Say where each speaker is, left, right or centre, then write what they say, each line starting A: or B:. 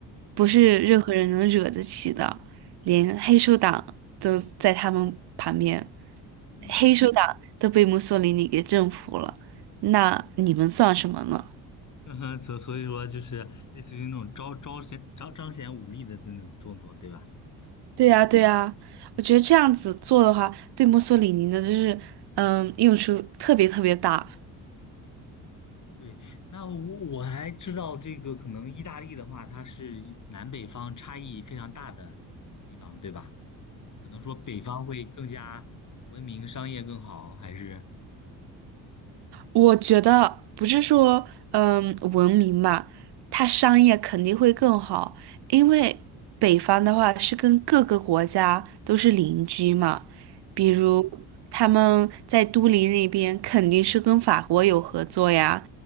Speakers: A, on the right; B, on the left.
A: 不是任何人能惹得起的，
B: 嗯
A: 连黑手党都在他们旁边，
B: 嗯，
A: 黑手党都被墨索里尼给征服了，那你们算什么呢？
B: <laughs> 那所所以说就是类似于那种招招显彰彰显武力的那种动作，对吧？嗯，
A: 对呀，对呀，我觉得这样子做的话，对墨索里尼的就是，嗯，用处特别特别大。
B: 对。那我我还知道这个可能意大利的话，它是一南北方差异非常大的地方，对吧？可能说北方会更加文明、商业更好，还是
A: 我觉得不是说，嗯，文明嘛，它商业肯定会更好，因为北方的话是跟各个国家都是邻居嘛，
B: 哦
A: 比如他们在都灵那边肯定是跟法国有合作呀，